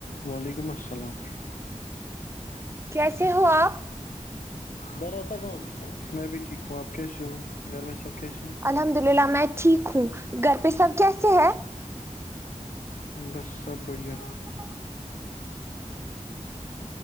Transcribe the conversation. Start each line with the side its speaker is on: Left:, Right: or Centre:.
Left: وعلیکم السلام
Right: کیسے ہو آپ
Left: درا صاحب میں بھی ٹھیک ہوں آپ کیسے ہو گھر میں سب کیشے ہیں
Right: الحمد للہ میں ٹھیک ہوں گھر پہ سب کیسے ہے
Left: بس سب بڑھیا
Right: <inaudible>